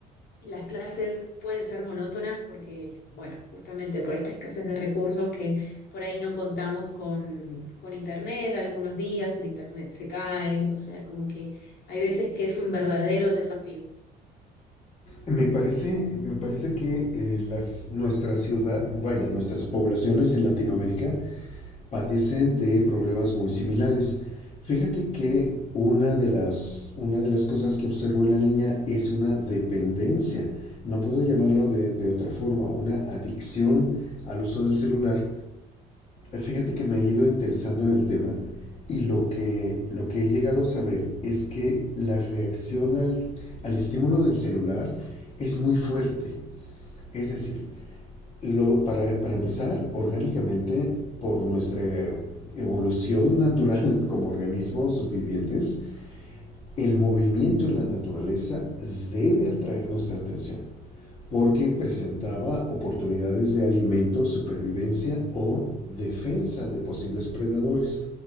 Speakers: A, on the left; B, on the left.
A: las clases pueden ser monótonas porque, bueno, justamente por esta escasez de recursos que por ahí no contamos con, con internet, algunos días el internet se cae, o sea, como que hay veces que es un verdadero desafío.
B: Me parece, me parece que eh, las, nuestra ciudad, vaya, nuestras poblaciones en Latinoamérica padecen de problemas muy similares. Fíjate que una de las, una de las cosas que observo en la niña es una dependencia, no puedo llamarlo de, de otra forma, una adicción al uso del celular Fíjate que me he ido interesando en el tema y lo que, lo que he llegado a saber es que la reacción al, al estímulo del celular es muy fuerte. Es decir, lo- para, para empezar, orgánicamente, por nuestra evolución natural <laughs> como organismos vivientes, el
A: Ujú,
B: movimiento en la naturaleza debe atraer nuestra atención porque presentaba oportunidades de alimento, supervivencia o defensa de posibles predadores.